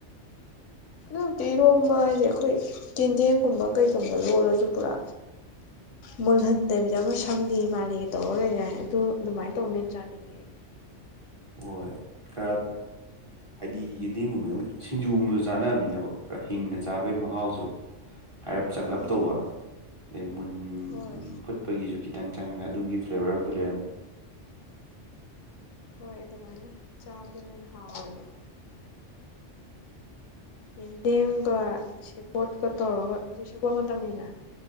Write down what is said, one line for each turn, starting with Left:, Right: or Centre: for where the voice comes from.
Left: ꯑꯗꯤ ꯏꯔꯣꯝꯕ ꯍꯥꯏꯁꯦ ꯑꯩꯈꯣꯏ ꯆꯦꯟꯗꯦꯝꯒꯨꯝꯕ ꯀꯩꯒꯨꯝꯕ ꯂꯣꯜꯂꯁꯨ ꯄꯨꯔꯥ ꯃꯨꯜꯍꯟꯗꯕꯤꯗ ꯑꯃ ꯁꯪꯅꯤ ꯃꯥꯜꯂꯤꯒ ꯇꯧꯔ ꯂꯩꯔꯅ ꯑꯗꯨ ꯑꯗꯨꯃꯥꯏꯅ ꯇꯧꯅꯤ ꯆꯥꯅꯤꯡ
Right: ꯍꯣꯏ ꯀꯔ ꯍꯥꯏꯗꯤ ꯌꯦꯟꯗꯦꯝꯒꯨꯝꯕ ꯑꯗꯨ ꯁꯤꯡꯖꯨꯒꯨꯝꯕꯁꯨ ꯆꯥꯅꯅꯕꯅꯤꯅꯀꯣ ꯈꯔ ꯍꯤꯡꯅ ꯆꯥꯕꯒꯤ ꯃꯍꯥꯎꯁꯨ ꯍꯥꯏꯔꯞ ꯆꯉꯂꯞ
Left: ꯎꯝ
Right: ꯇꯧꯕ ꯑꯗꯩ ꯃꯨꯟ
Left: ꯍꯣꯏ
Right: ꯐꯨꯠ ꯑꯩꯈꯣꯏꯒꯤꯁꯨ ꯈꯤꯇꯪ ꯆꯪꯉꯒ ꯑꯗꯨꯒꯤ ꯐ꯭ꯂꯦꯕꯔ ꯑꯃꯁꯝꯨ ꯂꯩꯔꯝꯃꯤ
Left: ꯍꯣꯏ ꯑꯗꯨꯃꯥꯏꯅ ꯆꯥꯕꯗꯨꯅ ꯍꯦꯟꯅ ꯍꯥꯎꯋꯦꯕ ꯌꯦꯟꯗꯦꯝꯒ ꯁꯦꯄꯣꯠꯀ ꯇꯧꯔꯒ ꯑꯗꯨ ꯁꯦꯄꯣꯠ ꯃꯇꯝꯅꯤꯅ